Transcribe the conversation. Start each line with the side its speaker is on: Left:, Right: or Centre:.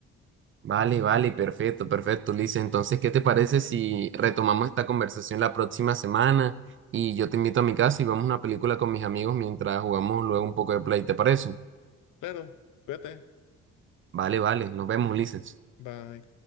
Right: Vale, vale, perfecto, perfecto, Ulises. Entonces, ¿qué te parece si retomamos esta conversación la próxima semana y yo te invito a mi casa y vemos una película con mis amigos mientras jugamos luego un poco de play? ¿Te parece?
Left: Claro, cuídate.
Right: Vale, vale, nos vemos, Ulises.
Left: Bye.